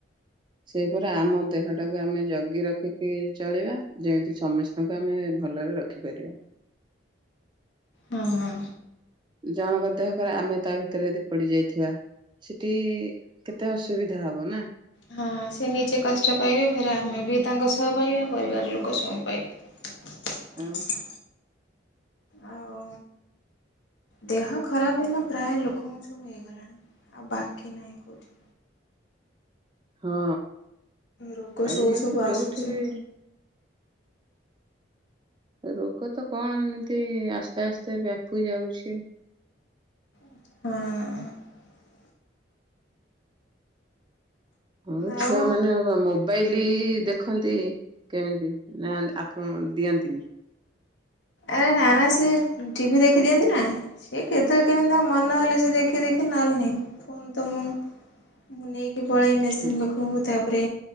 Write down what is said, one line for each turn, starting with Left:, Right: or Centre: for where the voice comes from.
Right: ସେଇପରି ଆମ ଦେହଟାକୁ ଆମେ ଜଗି ରଖିକି ଚଳିବା ଯେମିତି ସମସ୍ତଙ୍କୁ ଆମେ ଭଲରେ ରଖିପାରିବା
Left: ହଁ ହଁ
Right: ଜଣଙ୍କ ଦେହ ଖରା଼ପ ଆମେ ତା ଭିତରେ ଯଦି ପଡି ଯାଇଥିବା ସେଠି କେତେ ଅସୁବିଧା ହବ ନା
Left: ହଁ ସେ ନିଜେ କଷ୍ଟ ପାଇବେ ଫେରେ ଆମେ ବି ତାଙ୍କ ସହ ପାଇବା ପରିବାର ଲୋକ ସବୁ ପାଇବେ
Right: ଆଉ
Left: ଆଉ ଦେହ ଖରାପ ହେଲା ପ୍ରାୟ ଲୋକଙ୍କୁ ସବୁ ହେଇଗଲାଣି ଆଉ ବାକି ନାହିଁ କଉଠି
Right: ହଁ
Left: ରୋଗ
Right: ଆଜିକାଲି
Left: ସବୁ ସବୁ
Right: ତ ଯୋଉଠି
Left: ଆସୁଛି
Right: ବି ରୋଗ ତ କଣ ଏମିତି ଆସ୍ତେ ଆସ୍ତେ ବ୍ୟାପି ଯାଉଛି
Left: ହଁ
Right: ହଉ
Left: ଆଉ
Right: ଛୁଆ ମାନେ ଆଉ କଣ ମୋବା ବାଇଲି ଦେଖନ୍ତି କେମିତି ନା ଆପ ତ ଦିଅନ୍ତିନି
Left: ଆରେ ନା ନା ସିଏ ଟିଭି ଦେଖି ଦିଅନ୍ତି ନା ସିଏ କେତେବେଳେ କେମିତି ତାଙ୍କ ମନହଲେ ସେ ଦେଖି ଦେଖି ନହେଲେ ନାହିଁ ଫୋନ ତ ମୁଁ ମୁଁ ନେଇକି ପଳେଇ ମେସିନ୍
Right: ହୁଁ।
Left: ପାଖକୁ ତାପରେ